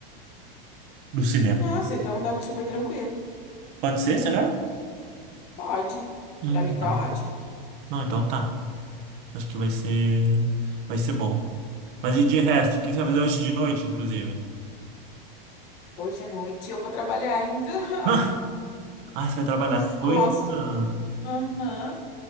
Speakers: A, on the right (about 60°); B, on the left (about 55°).
A: do cinema.
B: Nossa, então dá super tranquilo.
A: Pode ser, será?
B: Pode.
A: Hum,
B: Pra mim tá
A: não.
B: ótimo.
A: Não, então tá. Acho que vai ser, vai ser bom. Mas e de resto, o que você vai fazer hoje de noite, inclusive?
B: Hoje à noite eu vou trabalhar ainda. <laughs>
A: <laughs> Ah, você vai trabalhar
B: Que desgosto.
A: depois? ainda?
B: Aham.